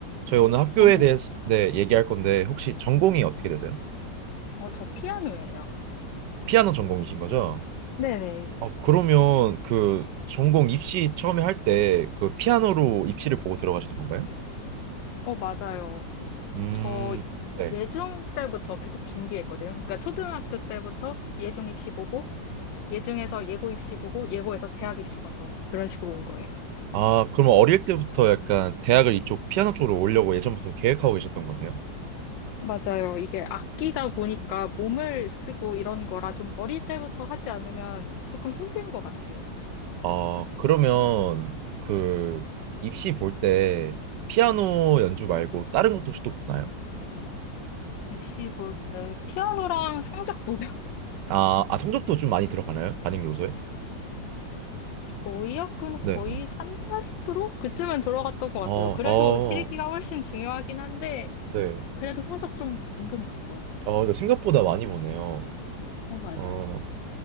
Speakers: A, on the right; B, on the left.
A: 저희 오늘 학교에
B: 전공,
A: 대해서 네, 얘기할 건데 혹시 전공이 어떻게 되세요?
B: 어, 저 피아노예요.
A: 피아노 전공이신 거죠?
B: 네네.
A: 아, 그러면 그 전공 입시 처음에 할 때 그 피아노로 입시를 보고 들어가시는 건가요?
B: 어, 맞아요.
A: 음,
B: 저
A: 네.
B: 예중 때부터 계속 준비했거든요. 그러니까 초등학교 때부터 예중 입시 보고, 예중에서 예고 입시 보고, 예고에서 대학 입시 봐서 그런 식으로 온 거예요.
A: 아, 그러면 어릴 때부터 약간 대학을 이쪽 피아노 쪽으로 오려고 예전부터 계획하고 계셨던 거네요.
B: 맞아요. 이게 악기다 보니까 몸을 쓰고 이런 거라 좀 어릴 때부터 하지 않으면 조금 힘든 것 같아요.
A: 아, 그러면 그 입시 볼 때 피아노 연주 말고 다른 것도 혹시 또 보나요?
B: 입시 볼 때 피아노랑 성적 보죠. <laughs>
A: 아, 아 성적도 좀 많이 들어가나요? 반영 요소에?
B: 거의 학군
A: 네.
B: 거의 3, 40% 그쯤은 들어갔던 것
A: 어,
B: 같아요. 그래도
A: 어,
B: 실기가 훨씬 중요하긴 한데,
A: 네.
B: 그래도 성적 좀 은근 봐요.
A: 어, 이거 생각보다 많이 보네요.
B: 어, 맞아요.
A: 어,